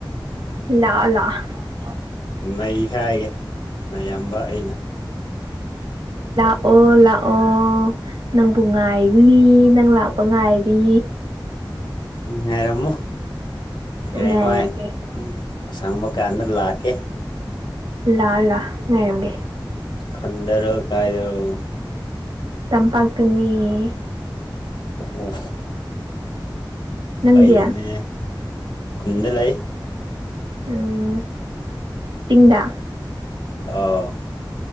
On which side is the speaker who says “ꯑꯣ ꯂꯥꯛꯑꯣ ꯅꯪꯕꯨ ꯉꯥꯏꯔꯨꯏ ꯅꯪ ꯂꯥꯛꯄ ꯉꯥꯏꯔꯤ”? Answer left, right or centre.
Right